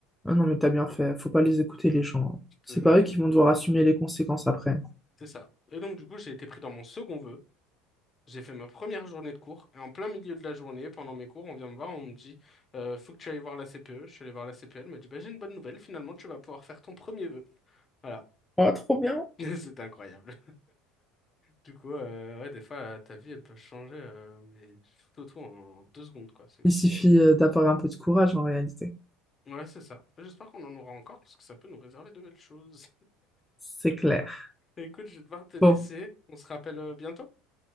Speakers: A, in the centre; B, on the left.
A: Ah non, mais t'as bien fait. Faut pas les écouter, les gens. hein.
B: je te
A: C'est
B: jure,
A: pas eux qui vont devoir assumer les conséquences après.
B: c'est ça. Et donc, du coup, j'ai été pris dans mon second vœu. J'ai fait ma première journée de cours et en plein milieu de la journée, pendant mes cours, on vient me voir, on me dit euh, faut que tu ailles voir la CPE. Je suis allé voir la CPE, elle m'a dit bah, j'ai une bonne nouvelle, finalement tu vas pouvoir faire ton premier vœu. Voilà,
A: Ah, trop bien.
B: <laughs> c'était incroyable. Du coup, euh, ouais, des fois euh, ta vie elle peut changer, euh, mais du tout au tout en deux secondes quoi, c'est ouf.
A: Il suffit euh, d'avoir un peu de courage en réalité.
B: Ouais, c'est ça. J'espère qu'on en aura encore parce que ça peut nous réserver de belles choses.
A: C'est clair.
B: <laughs> Écoute, je vais devoir te laisser.
A: Bon,
B: On se rappelle euh, bientôt.